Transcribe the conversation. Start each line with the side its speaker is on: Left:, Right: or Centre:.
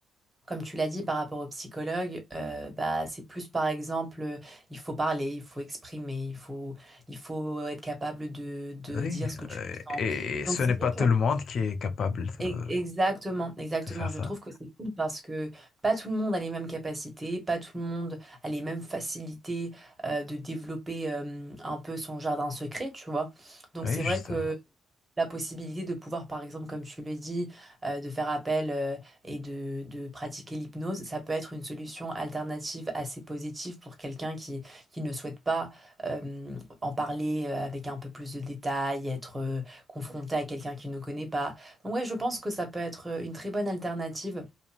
Right: Comme tu l'as dit par rapport au psychologue, euh, bah, c'est plus par exemple, euh, il faut parler, il faut exprimer, il faut, il faut être capable de, de
Left: Oui,
Right: dire ce que tu
Left: euh,
Right: ressens.
Left: et ce
Right: Donc c'est
Left: n'est
Right: vrai
Left: pas
Right: que...
Left: tout le monde qui est capable de,
Right: E- Exactement, exactement.
Left: de faire
Right: Je
Left: ça.
Right: trouve que c'est cool parce que pas tout le monde a les mêmes capacités, pas tout le monde a les mêmes facilités euh, de développer euh, un peu son jardin secret, tu vois. Donc
Left: Oui,
Right: c'est
Left: justement.
Right: vrai que la possibilité de pouvoir, par exemple, comme tu le dis, euh, de faire appel euh, et de, de pratiquer l'hypnose, ça peut être une solution alternative assez positive pour quelqu'un qui, qui ne souhaite pas euh, en parler euh, avec un peu plus de détails, être euh, confronté à quelqu'un qui ne connaît pas. Donc ouais, je pense que ça peut être une très bonne alternative.